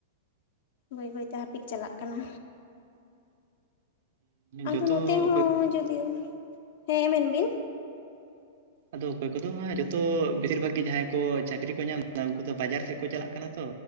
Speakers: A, on the left (about 60°); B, on the right (about 65°).
A: ᱵᱟᱹᱭ ᱵᱟᱹᱭ ᱛᱮ ᱦᱟᱹᱯᱤᱫ ᱪᱟᱞᱟᱜ ᱠᱟᱱᱟ᱾ ᱟᱫᱚ
B: ᱡᱚᱛᱚ
A: ᱱᱚᱛᱮ ᱦᱚᱸ
B: ᱚᱠᱚᱭ
A: ᱡᱩᱫᱤ, ᱦᱮᱸ ᱢᱮᱱ ᱵᱤᱱ᱾
B: ᱟᱫᱚ ᱚᱠᱚᱭ ᱠᱚᱫᱚ ᱦᱟᱸᱜ ᱡᱚᱛᱚ ᱵᱮᱥᱤᱨ ᱵᱷᱟᱜᱽ ᱜᱮ ᱡᱟᱦᱟᱸᱭ ᱠᱚ ᱪᱟᱹᱠᱨᱤ ᱠᱚ ᱧᱟᱢ ᱮᱫᱟ ᱩᱱᱠᱩ ᱫᱚ ᱵᱟᱡᱟᱨ ᱥᱮᱫ ᱠᱚ ᱪᱟᱞᱟᱜ ᱠᱟᱱᱟ ᱛᱚ᱾